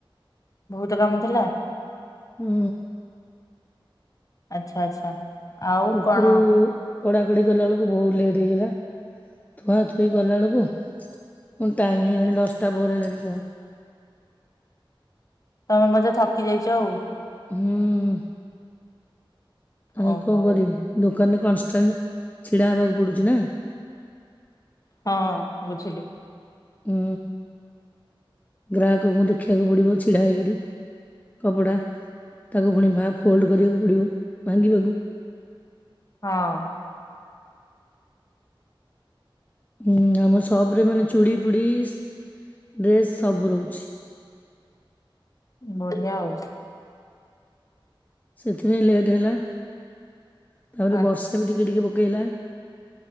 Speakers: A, on the left; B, on the left.
A: ବହୁତ କାମ ଥିଲା।
B: ହୁଁ।
A: ଆଚ୍ଛା ଆଚ୍ଛା। ଆଉ
B: ଉପରୁ
A: କଣ
B: କଡା କଡି କଲା ବେଳକୁ ବହୁତ ଲେଟ୍ ହେଇଗଲା। ଥୁଆ ଥୁଇ ଗଲାବେେଳକୁ ପୁଣି ଟାଇମ୍ ହେଇଗଲାଣି ଦଶଟା ବର ହେଇଲାଣି ପହଞ୍ଚି
A: ତମେ ବୋଧେ ଥକି ଯାଇଛ ଆଉ
B: ହୁଁ। ଆ
A: ଓ
B: କଣ
A: ହଉ
B: କରିବି ଦୋକାନରେ କନଷ୍ଟାଣ୍ଟ ଛିଡା ହବାକୁ ପଡୁଛି ନା?
A: ହଁ ବୁଝିଲି।
B: ହୁଁ ଗ୍ରାହକଙ୍କୁ ଦେଖିବାକୁ ପଡିବ ଛିଡା ହେଇକିରି କପଡ଼ା ତାକୁ ପୁଣି ଫୋଲ୍ଡ କରିବାକୁ ପଡ଼ିବ ଭାଙ୍ଗିବାକୁ
A: ହଁ।
B: ହୁଁ ଆମ ସପରେ ମାନେ ଚୁଡ଼ି ଫୁଡି ଡ୍ରେସ୍ ସବୁ ରହୁଛି।
A: ବଢିଆ ଆଉ
B: ସେଥିପାଇଁ ଲେଟ ହେଲା ତାପରେ
A: ଆଚ୍ଛା
B: ବର୍ଷା ବି ଟିକେ ଟିକେ ପକେଇଲା।